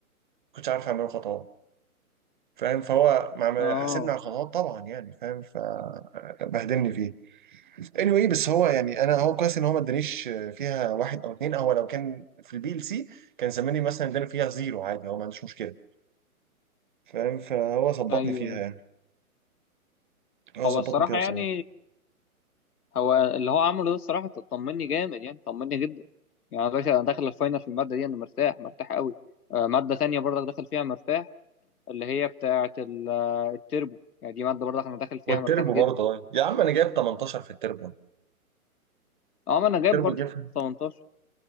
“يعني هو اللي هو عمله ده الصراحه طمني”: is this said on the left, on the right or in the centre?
Left